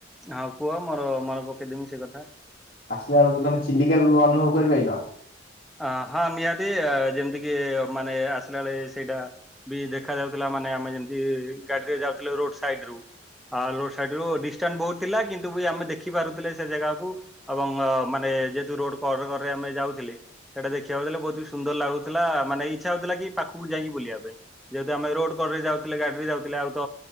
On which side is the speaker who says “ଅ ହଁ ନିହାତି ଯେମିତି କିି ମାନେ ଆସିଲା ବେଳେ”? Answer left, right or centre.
Centre